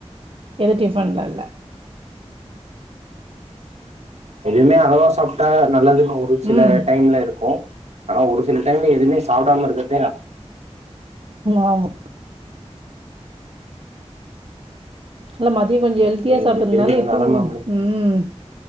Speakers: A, on the right; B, on the right.
A: எது டிஃபன்ல்லா இல்ல
B: எதுவுமே அளவா சாப்ட்டா நல்லது ஒரு சில
A: ம்
B: டைம்ல இருக்கு ஆனா ஒரு சில டைம்ல எதுவுமே சாப்டாமா இருக்கிறது
A: ஆமா இல்ல ம த்தி கொஞ்சோ ஹெல்த்தியா சாப்ட்டதுனால
B: இன்னைக்கு இருக்கிற
A: இப்போ
B: நெலம அப்டி
A: உம்